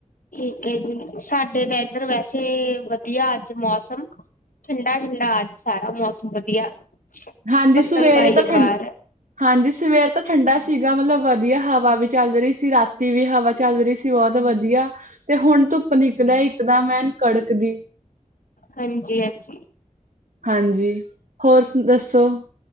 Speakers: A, on the left; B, on the right.
A: ਠੀਕ ਜੀ ਸਾਡੇ ਤਾਂ ਏਧਰ ਵੈਸੇ ਤੇੇ ਵਧੀਆ ਅੱਜ ਮੌਸਮ ਠੰਡਾ-ਠੰਡਾ ਅੱਜ ਸਾਰਾ ਮੌਸਮ ਵਧੀਆ
B: ਹਾਂਜੀ,
A: ਬੱਦਲ
B: ਸਵੇਰੇ
A: ਬਾਈ
B: ਤਾਂ
A: ਆ
B: ਠੰ
A: ਬਾਹਰ
B: ਹਾਂਜੀ ਸਵੇਰ ਤਾਂ ਠੰਡਾ ਸੀਗਾ ਮਤਲਬ ਵਧੀਆ ਹਵਾ ਵੀ, ਚੱਲ ਰਹੀ ਸੀ ਰਾਤੀ ਵੀ ਹਵਾ ਚੱਲ ਰਹੀ ਸੀ ਬਹੁਤ ਵਧੀਆ ਤੇ ਹੁਣ ਧੁੱਪ ਨਿਕਲਿਆ ਇੱਕਦ ਮੈਂ ਕੜਕ ਦੀ
A: ਹਾਂਜੀ-ਹਾਂਜੀ।
B: ਹਾਂਜੀ, ਹੋਰ ਦੱਸੋ?